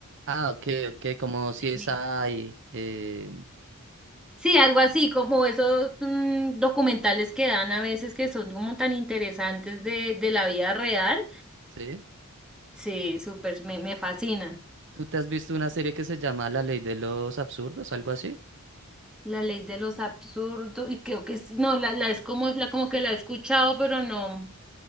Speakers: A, on the right (about 55°); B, in the centre.
A: Ah, ok, ok, como si
B: Me-
A: es
B: me-
A: ahí. Eh,
B: Sí, algo así, como esos mm, documentales que dan a veces que son como tan interesantes de, de la vida real.
A: ¿sí?
B: Sí, súper, me, me fascinan.
A: ¿Tú te has visto una serie que se llama La Ley de los Absurdos, algo así?
B: La ley de los absurdos, y creo que es, no, la, la es como, la como que la he escuchado, pero no.